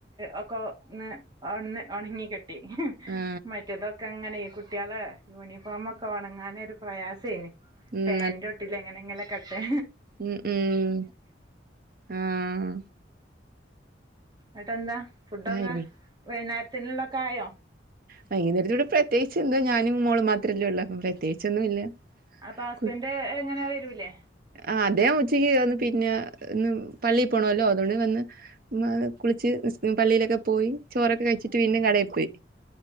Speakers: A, on the right (about 25°); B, on the right (about 50°).
A: ഒക്കെ ഒന്ന് ഒന്ന് ഉണങ്ങി കി ട്ടി.
B: ആ
A: മറ്റേതൊക്കങ്ങനെയ് കു ട്ട്യാളെ യൂണിഫോമൊക്കെ ഒണങ്ങാനൊരു പ്രയാസേനി.
B: ഉം,
A: ഫാൻന്റോട്ടിലെങ്ങനെങ്കി ലൊക്കെട്ട്
B: മ് മ് ആഹ്
A: എന്നിട്ടെന്താ ഫുഡൊക്കെ
B: ആ, ഇവിടെ
A: വൈന്നേരത്തിനുള്ളതൊക്കെ ആയോ
B: വൈകുന്നേരത്തിനിവിടെ പ്രത്യേകിച്ച് എന്താ ഞാനും മോളും മാത്രല്ലേ ഉള്ളൂ അപ്പൊ പ്രത്യേകിച്ചൊന്നും ഇല്ല
A: അപ്പൊ ഹസ്ബൻഡ്
B: കു
A: എങ്ങനാ വരൂല്ലേ
B: ആഹ് അദ്ദേഹം ഉച്ചയ്ക്ക് വന്ന് പിന്നെ ഇന്ന് പള്ളീ പോണല്ലോ അതുകൊണ്ട് വന്ന് ഉമ്മാനെ കുളിച്ച് പള്ളിലൊക്കെ പോയി ചോറൊക്കെ കഴിച്ചിട്ട് പിന്നേം കടേ പോയി